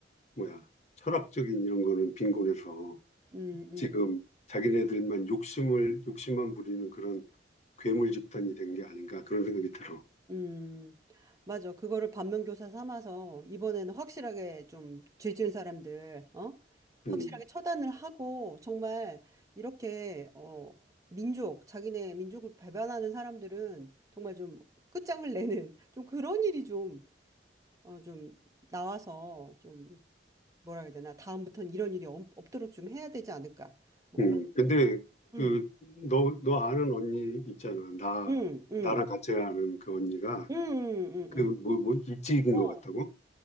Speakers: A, on the left; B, on the right.
A: 뭐야, 철학적인 이런 거는 빈곤해서
B: 응, 응.
A: 지금 자기네들만 욕심을, 욕심만 부리는 그런 괴물 집단이 된 게 아닌가 그런 생각이 들어.
B: 음, 맞아. 그거를 반면교사 삼아서 이번에는 확실하게 좀 죄지은 사람들, 어? 확실하게
A: 음,
B: 처단을 하고 정말 이렇게 어, 민족, 자기네 민족을 배반하는 사람들은 정말 좀 끝장을 내는 <laughs> 좀 그런 일이 좀, 어, 좀 나와서 좀 뭐라 해야 되나? 다음부터는 이런 일이 없, 없도록 좀 해야 되지 않을까? 뭐
A: 음.
B: 그런,
A: 근데
B: 음,
A: 그, 너, 너 아는 언니 있잖아. 나,
B: 음, 음,
A: 나랑 같이 아는 그 언니가
B: 음, 음,
A: 그,
B: 음. 음.
A: 뭐, 뭐, 입직인
B: 어.
A: 것 같다고?